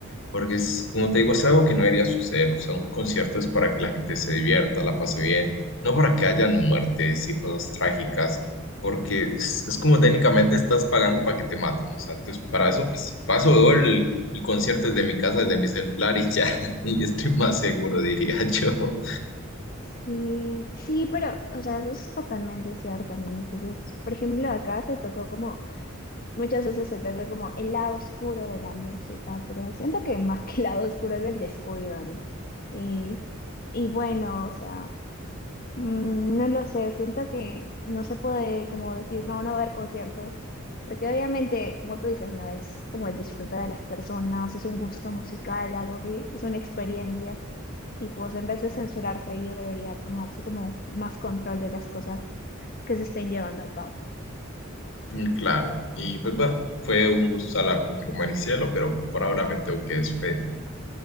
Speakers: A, on the left; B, on the left.
A: Porque es, como te digo, es algo que no debería suceder. O sea, un concierto es para que la gente se divierta, la pase bien, no para que hayan muertes y cosas trágicas, porque es, es como técnicamente estás pagando para que te maten. O sea, entonces para eso, pues paso veo el, el concierto desde mi casa, desde mi celular y ya, <laughs> y estoy más seguro, diría <laughs> yo.
B: Sí, sí, pero, o sea, eso es totalmente cierto, ¿no? Entonces, por ejemplo, acá se tocó como, muchas veces se toca como el lado oscuro de la música, pero siento que más que el lado oscuro es el descuido, ¿no? Y, y bueno, o sea. Mm, No lo sé, siento que no se puede como decir, no, no va a haber conciertos, porque obviamente, como tú dices, no es como el disfrutar de las personas, es un gusto musical, algo que es una experiencia, y pues en vez de censurarse, ello debería tomarse como más control de las cosas que se estén llevando a cabo.
A: Mm, Claro, y pues bueno, fue un gusto hablar contigo, Maricielo, pero por ahora me tengo que despedir.